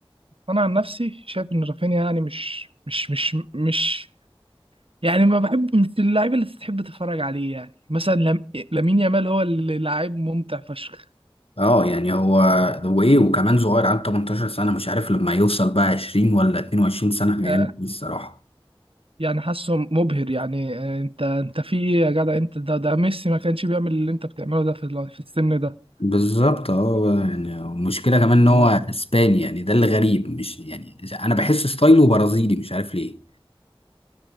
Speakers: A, on the right; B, on the left.
A: انا عن نفسي شايف ان رافينيا يعني مش مش مش مش يعني ما بحب مش اللاعب اللي تحب تتفرج عليه يعني مثلا لم... لامين يامال هو اللي لاعب ممتع فشخ
B: اه يعني هو هو ايه وكمان صغير عنده 18 سنة مش عارف لما يوصل بقى 20 ولا 22 سنة
A: آه،
B: هيعمل ايه الصراحة
A: يعني حاسه مبهر يعني آه، انت انت في ايه يا جدع انت ده ده ميسي ما كانش بيعمل اللي انت بتعمله ده في ال- في السن ده
B: بالظبط اه يعني المشكلة كمان ان هو
A: لا.
B: اسباني يعني ده اللي غريب مش يعني انا بحس ستايله برازيلي مش عارف ليه